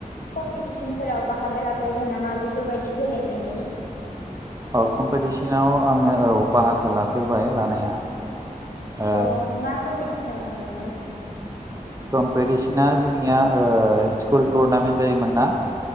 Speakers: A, on the left (about 85°); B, on the right (about 25°).
A: कम्पिटिसनफोराव बाहागो लाफेरबाय नामा बेफोरबायदि गेलेनायनि?
B: औ कम्पिटिसनाव आङो औ बाहागो लाफेरबाय लानाया। ओ
A: औ मा कम्पिटिसनाव थांदोंमोन?
B: कम्पिटिसना जोंनिया ओ स्कुल टुरनामेन्ट जायोमोन ना